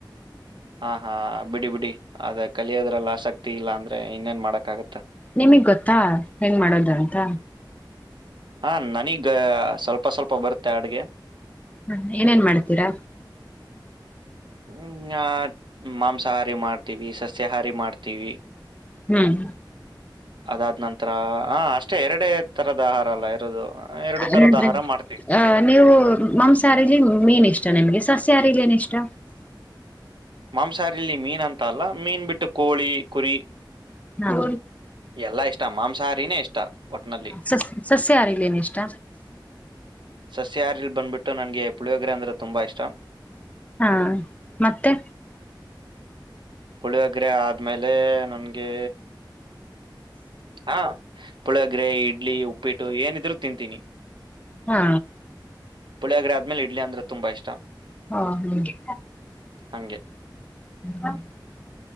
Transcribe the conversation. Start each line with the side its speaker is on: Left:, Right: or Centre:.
Right: ಹಾ ಹಾ ಬಿಡಿ ಬಿಡಿ ಅದ ಕಲಿಯೋದ್ರಲ್ಲ ಆಸಕ್ತಿ ಇಲ್ಲ ಅಂದ್ರೆ ಇನ್ನೇನ್ ಮಾಡಕ್ಕಾಗುತ್ತೆ
Left: ನಿಮಗ್ ಗೊತ್ತಾ ಹೆಂಗ್ ಮಾಡೋದ ಅಂತ
Right: ಹಾ ನನಗ ಸ್ವಲ್ಪ ಸ್ವಲ್ಪ ಬರುತ್ತೆ ಅಡುಗೆ
Left: ಹ್ಮ ಏನೇನ್ ಮಾಡ್ತೀರಾ
Right: ಹ್ಮ ಮಾಂಸಾಹಾರಿ ಮಾಡ್ತೀವಿ ಸಸ್ಯಾಹಾರಿ ಮಾಡ್ತೀವಿ
Left: ಹ್ಮ್
Right: ಅದಾದ್ ನಂಂತರ ಹ ಅಷ್ಟೇ ಎರಡೆ ತರದ ಆಹಾರ ಅಲ್ಲ ಇರೋದು ಎರಡು
Left: ಅಂದ್ರೆ
Right: ತರದ ಆಹಾರ ಮಾಡ್ತೀವಿ
Left: ಅ ನೀವು ಮಾಂಸಹಾರಿಲಿ ಮೀನ್ ಇಷ್ಟ ನಿಮ್ಗೆ ಸಸ್ಯಹಾರಿಲಿ ಏನ್ ಇಷ್ಟ
Right: ಮಾಂಸಾಹಾರಿಲ್ಲಿ ಮೀನಂತ ಅಲ್ಲ ಮೀನ್ ಬಿಟ್ಟು ಕೋಳಿ ಕುರಿ
Left: ಹಾ
Right: ಎಲ್ಲಾ ಇಷ್ಟ ಮಾಂಸಾಹಾರಿನೇ ಇಷ್ಟ ಒಟ್ನಲ್ಲಿ
Left: ಹ ಸಾಸ್ ಸಸ್ಯಹಾರಿಲಿ ಏನಿಷ್ಟ
Right: ಸಸ್ಯಹಾರಲ್ಲಿ ಬಂದ್ಬಿಟ್ಟು ನನಗೆ ಪುಳಿಯೋಗ ಗ್ರ ಅಂದ್ರ ತುಂಬಾ ಇಷ್ಟಂ
Left: ಹಾ ಮತ್ತೆ
Right: ಪುಳಿಯ ಹಗ್ರೆ ಆದ್ಮೇಲೆ ನನ್ಗೆ ಹಾ ಪುಳಗರೆೆ ಇಡ್ಲಿ ಉಪ್ಪಿಟ್ಟು ಏನಿದ್ರು ತಿಂತೀನಿ
Left: ಹಾ
Right: ಪುಳಿಯಗ್ರ ಆದ್ಮೇಲೆ ಇಡ್ಲಿ ಅಂದ್ರೆ ತುಂಬಾ ಇಷ್ಟ
Left: ಹಾ ಹಂಗೆ
Right: ಹಗೆ
Left: ಹ